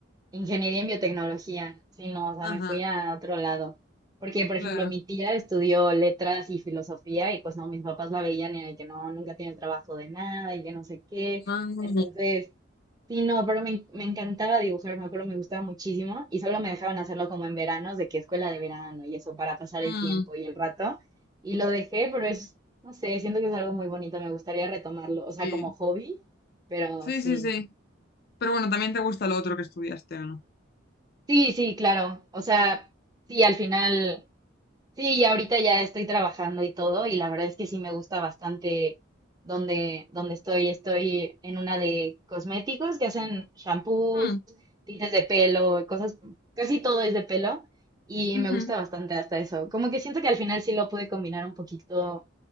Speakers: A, on the right; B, on the left.
A: ingeniería en biotecnología, sino, o sea,
B: Ajá,
A: me fui a otro lado. Porque, por
B: claro.
A: ejemplo, mi tía estudió letras y filosofía y pues no, mis papás la veían y de que no, nunca tiene trabajo de nada y que no sé qué.
B: Ah, mm,
A: Entonces... Sí, no, pero me, en- me encantaba dibujar, me acuerdo, me gustaba muchísimo y solo me dejaban hacerlo como en veranos, de que escuela de verano y eso, para pasar el
B: mm,
A: tiempo y el rato. Y lo dejé, pero es, no sé, siento que es algo muy bonito, me gustaría retomarlo, o sea,
B: sí.
A: como hobby, pero
B: Sí,
A: sí.
B: sí, sí. Pero bueno, también te gusta lo otro que estudiaste, ¿o no?
A: Sí, sí, claro, o sea, sí, al final. Sí, y ahorita ya estoy trabajando y todo, y la verdad es que sí me gusta bastante donde, donde estoy. Estoy en una de cosméticos que hacen shampoos,
B: Mm,
A: tintes de pelo, cosas, casi todo es de pelo, y
B: ujú.
A: me gusta bastante hasta eso. Como que siento que al final sí lo pude combinar un poquito,